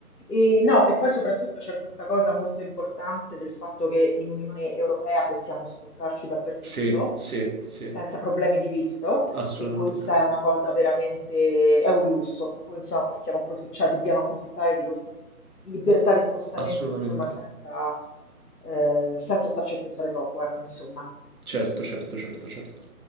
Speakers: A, on the left (about 85°); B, on the right (about 70°).
A: E, no, e poi soprattutto c'è questa cosa molto importante del fatto che in Unione Europea possiamo spostarci dappertutto
B: sì, sì, sì,
A: senza problemi di visto
B: assolutamente
A: e questa
B: sì,
A: è una cosa veramente, è un lusso, per cui insomma possiamo approfitt- cioè, dobbiamo approfittare di questa libertà di spostamento,
B: assolutamente.
A: insomma, senza, eh, senza starci a pensare troppo, ecco, insomma.
B: Certo, certo, certo, certo.